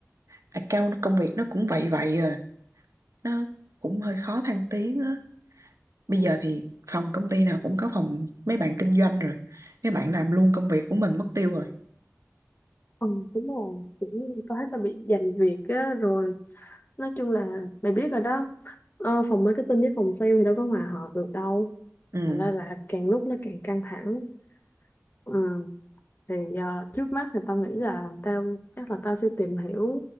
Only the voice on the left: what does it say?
Ừ, đúng rồi, kiểu như tao thấy tao bị giành việc á, rồi nói chung là mày biết rồi đó ờ, phòng marketing với phòng sale thì đâu có hòa hợp được đâu
thành ra là càng lúc nó càng căng thẳng ừ, thì ờ, trước mắt thì tao nghĩ là tao chắc là tao sẽ tìm hiểu